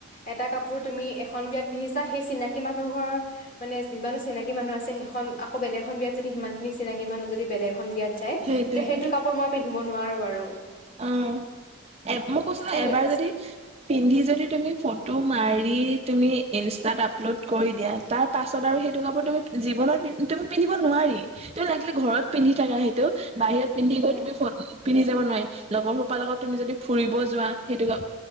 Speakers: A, on the left (about 40°); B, on the right (about 30°).
A: এটা কাপোৰ তুমি এখন বিয়াত পিন্ধিছা, সেই চিনাকি মানুহ ঘৰৰ মানে যিমান চিনাকি মানুহ আছে, সেইখন আকৌ বেলেগ এখন বিয়াত যদি সিমান খিনি চিনাকি মানুহ যদি বেলেগ এখন বিয়াত যায়,
B: সেইটোৱে
A: তেতিয়া সেইটো কাপোৰ মই পিন্ধিব নোৱাৰো আৰু।
B: অ' এ মই কৈছোঁ
A: এই
B: এবাৰ
A: লে-
B: যদি পিন্ধি যদি তুমি ফ ফটো মাৰি তুমি ইনষ্টাত আপলোড কৰি দিয়া, তাৰ পাছত আৰু সেইটো কাপোৰ তুমি জীৱনত তুমি পিন্ধিব নোৱাৰি, তুমি লাগিলে ঘৰত পিন্ধি থাকা সেইটো বাহিৰত পিন্ধি গৈ
A: উম
B: তুমি ফ পিন্ধি যাব নোৱাৰি। লগৰ সোপাৰ লগত তুমি যদি ফুৰিব যোৱা, সেইটো